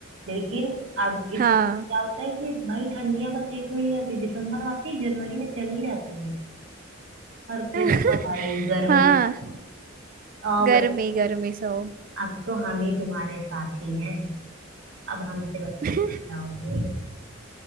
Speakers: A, on the right; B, on the right.
A: लेकिन अब
B: हाँ
A: इस क्या होता है कि भाई ठंडियां बस एक महीने रहती है, दिसंबर आती है, जनवरी में चली जाती है और फिर
B: <laughs>
A: तो भाई गर्मी
B: हाँ
A: आओ
B: गर्मी
A: बे-
B: गर्मी सो
A: अब तो हम ही तुम्हारे साथी हैं अब हमसे बच
B: <laughs>
A: के कहाँ जाओगे